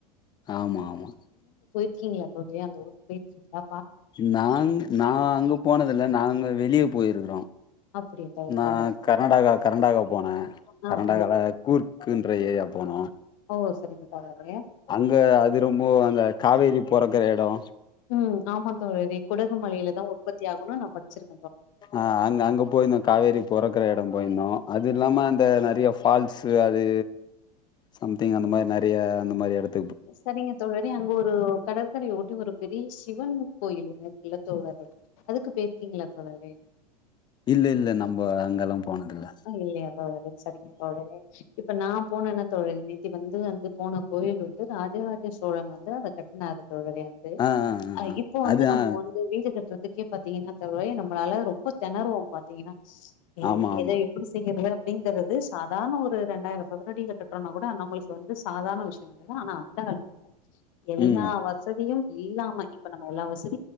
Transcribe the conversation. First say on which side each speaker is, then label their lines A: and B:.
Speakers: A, on the left; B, on the left.
A: ஆமா ஆமா
B: இருக்கீங்களா தோழர அந்த ஊர் போயிர்கீங்களா
A: நாங் நா அங்க போனதில்ல நாங்க வெளிய போயிருக்கிறோ
B: அப்டியா தோழரே
A: நா கர்நாடகா கர்டாக போனே கர்டாகால
B: அப்டியா தோழரே
A: கூர்க்குன்ற ஏரியா போனோ
B: ஓ சரிங்க தோழரே
A: அங்க அது ரொம்ப அந்த காவேரி பொறக்ற எடோ
B: ம் ஆமாங் தோழரே குடகு மலையில தா உற்பத்தியாகுனு நம் படிச்சிருக்
A: ஆஹ் அங்க அங்க போயிருந்தோ காவேரி பொறக்ற எட போயிருந்தோ அது இல்லாம
B: ம்
A: அந்த நெறைய ஃபால்ஸு அது சம்திங் அந்த மாரி நெறைய அந்த மாரி எடத்து
B: சரிங்க தோழரே அங்க ஒரு கடற்கரய ஒட்டி ஒரு பெரிய சிவன் கோயிலொன்னு இருக்குல்ல தோழரே அதுக்கு போயிருக்கீங்களா தோழரே
A: இல்ல இல்ல நம்ப அங்கெல்லா போனதில்ல
B: ஹ் இல்லயா தோழரே சரிங்க தோழரே இப்ப நா போனனா தோழர் நேத்திக்கு வந்து வந்து போன கோயில் வந்து ராஜ ராஜ சோழன் வந்து அத கட்னாரு <unintelligible>
A: ஆ ஆ ஆ
B: ஆஹ்
A: ஆ
B: இப்போ வந்து
A: அது
B: நம்ம
A: ஆ
B: வந்து வீடு கட்டுற அதுக்கே பாத்தீங்கன்னா தோழரே நமளால ரொம்ப தெனருவோ பாத்தீங்கன்னா ஏ
A: ஆமா ஆமா
B: எத எப்டி செய்யிறது அப்டிங்றது சாதாரண ஒரு ரெண்டாயிர சதுரடியில கட்டுறோம்னா கூட அந்த அவங்களுக்கு வந்து சாதரண விஷய ஆனா அந்த காலத் எல்லா
A: ம்
B: வசதியு இல்லாம இப்ப நம்ம எல்லா வசதி